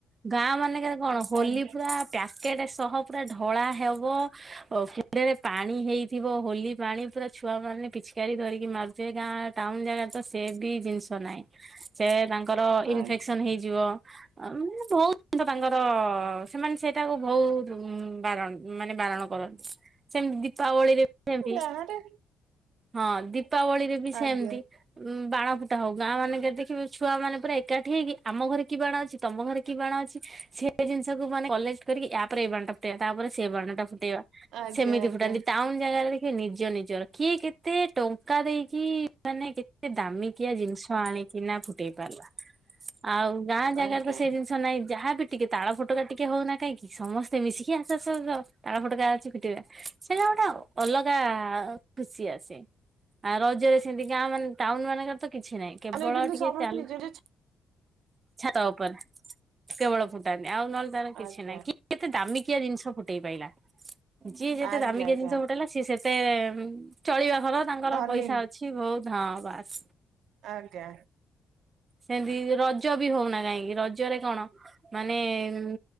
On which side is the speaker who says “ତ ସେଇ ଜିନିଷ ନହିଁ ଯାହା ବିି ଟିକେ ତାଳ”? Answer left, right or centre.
Right